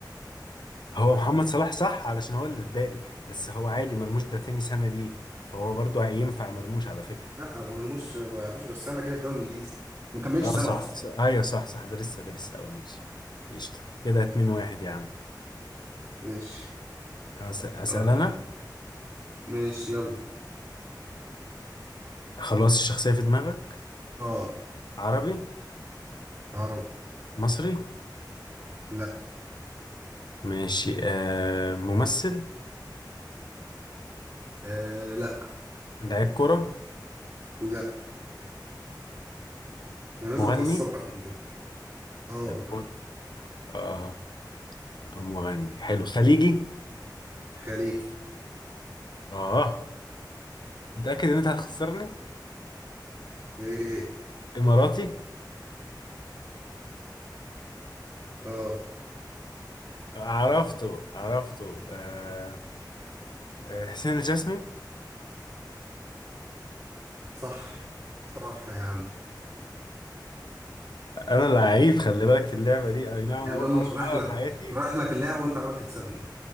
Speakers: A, on the left; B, on the right.
A: هو محمد صلاح صح علشان هو اللي في بالي بس هو عادي مرموش ده تاني سنة ليه فهو برضو ينفع مرموش على فكرة
B: لا ما بنلوش ما بقالوش غير سنه كده في الدوري الانجليزي ما كملش
A: اه
B: سنه
A: صح
B: اصلا
A: صح. ايوه صح صح ده لسه ده لسه اول موسم قشطة كده اتنين واحد يا عم
B: ماشي
A: أس- اسأل
B: آه،
A: انا
B: ماشي يلا
A: خلاص الشخصية في دماغك
B: اه
A: عربي
B: عرب
A: مصري
B: لا
A: ماشي آه ممثل
B: آه لا
A: لاعب كرة
B: لا انا لازم
A: مغني
B: اخسرك من دول اه
A: م- <laughs> اه مغني حلو خليجي
B: خليج
A: اه متأكد ان انت هتخسرني
B: ايه إيه. إيه.
A: اماراتي
B: اه
A: عرفته عرفته آه آه، حسين الجسمي
B: صح صح يا عم
A: انا لعيب خلي بالك في اللعبة دي اي نعم
B: يعني
A: انا اول
B: انا اللي
A: مرة
B: شرح
A: العبها
B: لك
A: في حياتي
B: شرح لك اللعبه وانت عمال تكسبني